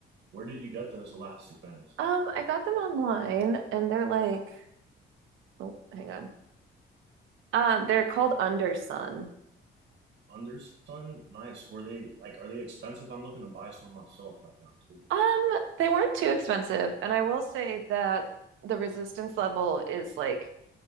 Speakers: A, on the right; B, on the right.
A: where did you get those elastic bands?
B: Um, I got them online and they're like, oh, hang on. Um, they're called Undersun.
A: Undersun, nice. Were they like, are they expensive? I'm looking to buy some myself right now too.
B: Um, they weren't too expensive, and I will say that the resistance level is like